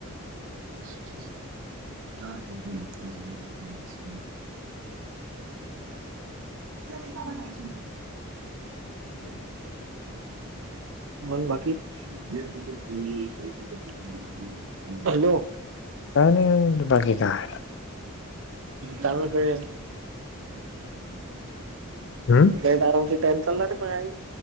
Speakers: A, on the right (about 60°); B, on the left (about 55°).
A: च <inaudible> याार ब हत <inaudible> स का बच <inaudible> पण बाकीकी <inaudible> बिुल का? हॅलो.
B: काय नाही बाकी काय.
A: तांळकडे
B: हम्म.
A: लईच आरामशीर टाईम चालणार रे